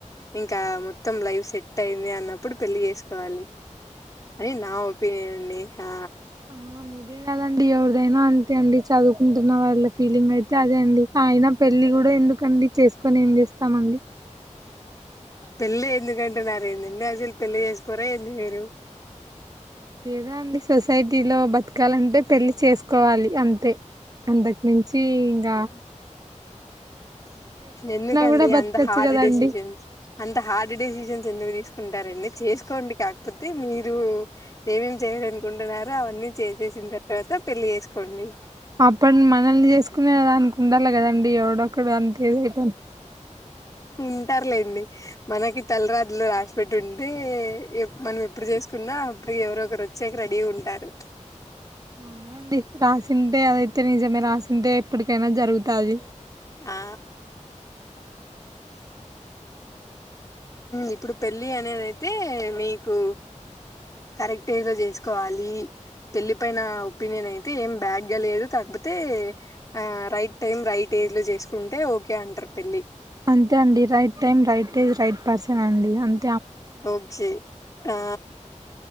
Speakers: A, on the left (about 25°); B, on the right (about 30°).
A: ఇంకా మొత్తం లైఫ్ సెట్ అయింది అన్నప్పుడు పెళ్లి చేసుకోవాలి అది నా ఒపీనియన్ అండి ఆ
B: అమ్మ మీదే కదండి ఎదైనా అంతే అండి చదువుకుంటున్న వాళ్ళ ఫీలింగ్ అయితే అదే అండి ఆయన పెళ్లి కూడ ఎందుకండి చే కని ఏం చేస్తామండి
A: పెళ్లి ఎందుకంటేన్నరేందండి అసలు పెళ్లి చేసుకోరా ఏంది మీరు
B: ఏధో అండి సొసైటీలో బతకాలంటే పెళ్లి చేసుకోవాలి అంతే అంతే అంతకు మించి ఇంగ
A: ఆ ఎందుకండి
B: కూడా బతకచ్చు
A: అంత హార్డ్
B: కదండి
A: డెసిషన్స్ అంత హార్డ్ డెసిషన్స్ ఎందుకు తీసుకు కుంటారండి చేసుకోండి కాకపోతే మీరు ఏమేం చేయ్యాలనుకుంటున్నారో అవన్నీ చేసేసిన తర్వాత పెళ్లి చేసుకోండి
B: అప్పటిని మనల్ని చేసుకునే అనునికి ఉండాలి కదండి ఎవడొక్కడు అంతేదైటం
A: ఉంటారులేండి మనకి తలరాత లో రాసిపెట్టు ఉంటే మనం ఎప్పుడు చేసుకున్నా అప్పుడు ఎవరు ఒకరు వచ్చాక రెడీ ఉంటారు
B: అవుండి రాసింటే అదైతే ఇత్త నిజమే రాసింటే ఎప్పటికైనా జరుగుతుది
A: ఆ ఇప్పుడు పెళ్ళి అనేది అయితే మీకు కరెక్ట్ ఏజ్ లో చేసుకోవాలి పెళ్ళి పైన ఒపీనియన్ అయితే ఏం బ్యాడ్గా లేదు కాకపోతే ఆ రైట్ టైం రైట్ ఏజ్ లో చేసుకుంటే ఓకే అంటారు పెళ్ళి
B: అంతే అండి right time right day right person అండి అే
A: ఒకి ఆ